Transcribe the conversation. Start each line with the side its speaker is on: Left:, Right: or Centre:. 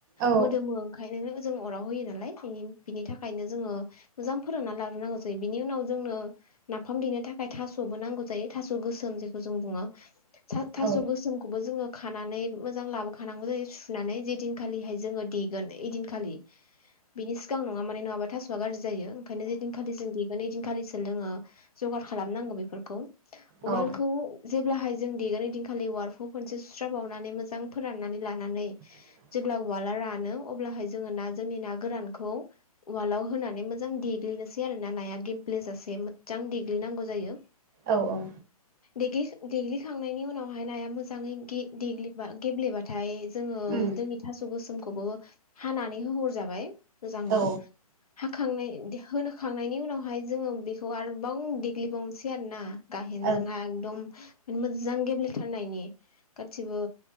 Right: औ
Left: मोदोमो ओंखायनो जों अराव होयो नालाय बिनि बिनि थाखायनो जोङो मोजां फोरानना लाग्रोनांगौ जायो बिनि उनाव जोंनो नाफाम देनो थाखाय थास'बो नांगौ जायो। थास' गोसोम जेखौ जों बुङो थास थास'
Right: औ
Left: गोसोमखौबो जोङो खानानै मोजां लाबोखानांगौ जायो। नानै जे दिनखालि हाय जोङो देगोन ऐदिन खालि बिनि सिगां नङा माने नङाबा थास'आ गाज्रि जायो। ओंखायनो जे दिनखालि जों देगोन ओइदिन खालिसो जोङो जगार खालामनांगौ बेफोरखौ।
Right: औ
Left: उवालखौ जेब्लाहाय जों देगोन ऐदिनखालि उवालखौ खनसे सुस्राब बावनानै मोजां फोराननानै लानानै
Right: <unintelligible>
Left: जेब्ला उवाला रानो अब्ला हाय जोङो ना जोंनि ना गोरानखौ उवालाव होनानै मोजां देग्लि नोसै आरो ना नाया गेब्लेे जासे मोजां देग्लिनांगौ जायो।
Right: औ औ
Left: देग्लि देग्लि खांनायनि उनावहाय नाया मोजाङै गे देग्लिबा गेब्ले बाथाय जोङो
Right: उम
Left: जोंनि थास' गोसोमखौबो हानानै होहरजाबाय मोजांनो।
Right: औ
Left: हाखांनाय होखांनायनि उनावहाय जोङो बेखौ आरोबाव देग्लिबावनोसै आरोना गाहेनजों
Right: औ
Left: हा एदम मोजां गेब्लेथारनायनि गासिबो